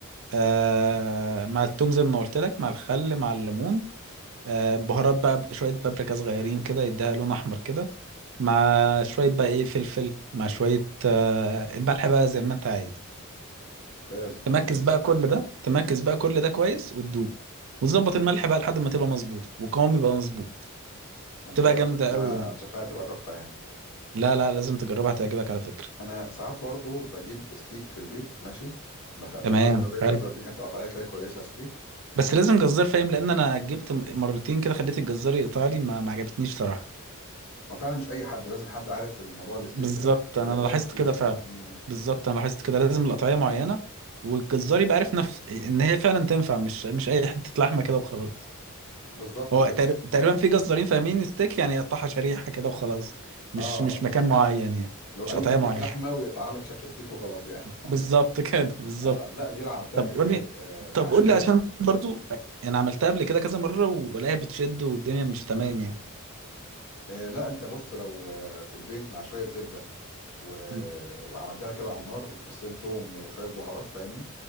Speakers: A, on the right; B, on the left.
A: آه، مع التوم زي ما قلت لك مع الخل مع الليمون آه، بهارات بقى شوية بابريكا صغيرين كده يديها لون أحمر كده مع شوية بقى إيه فلفل مع شوية آه، الملح بقى زي ما أنت عايز
B: ممتاز يعني
A: تمركز
B: شكل-
A: بقى كل ده تمركز بقى كل ده كويس وتدوق وتظبط الملح بقى لحد ما تبقى مظبوطة وقوام يبقى مظبوط
B: ممتاز
A: تبقى جامدة
B: شكلها
A: قوي يعني
B: شكلها تبقى تحفة يعني
A: لا لا لازم تجربها هتعجبك على فكرة
B: انا ساعات برضو بجيب ستيك في البيت ماشي بخ... بجيب
A: تمام
B: الخضروات الجزار
A: حلو
B: دي حته قطعيه كده كويسه ستيك
A: بس لازم جزار فاهم لأن أنا جبت مرتين كده خليت الجزار يقطع لي ما ما عجبتنيش صراحة
B: ما فعلا مش اي حد لازم حد عارف الموضوع الستيك
A: بالظبط
B: ده
A: انا
B: يبقى
A: أنا
B: فاهم
A: لاحظت
B: فيه
A: كده
B: يعني
A: فعلا
B: مم.
A: بالظبط انا لاحظت كده لازم القطعيه معينه والجزار يبقى عارف نفس ان هي فعلا تنفع مش مش اي حته لحمه كده وخلاص
B: بالظبط
A: هو
B: كده
A: تقر- تقريبا في جزارين فاهمين ستيك يعني يقطعها شريحه كده وخلاص مش
B: اه
A: مش مكان معين يعني
B: لو
A: مش
B: اي
A: قطعيه
B: حته
A: معينه
B: لحمه ويقطع لك شكل ستيك وخلاص يعني
A: بالظبط <laughs> كده بالظبط
B: اه لا دي اللي عملتها
A: طب
B: في البيت
A: قول لي
B: آه مع
A: طب
B: شويه
A: قول لي عشان برضو انا عملتها قبل كده كذا مره والاقيها بتشد والدنيا مش تمام يعني
B: آه لا انت بص لو آه في البيت مع شويه زبده و...
A: مم.
B: وعملتها كده على النار وفصين توم وشوية بهارات فاهمني